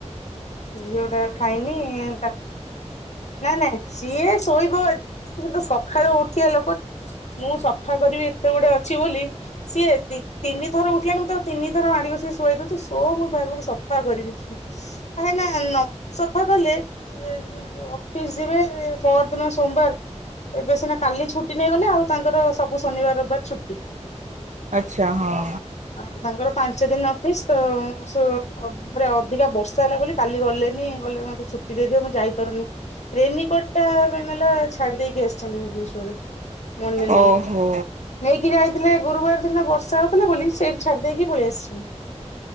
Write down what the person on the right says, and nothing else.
ହ
ଆଛା ହଁ।
ଓହୋ।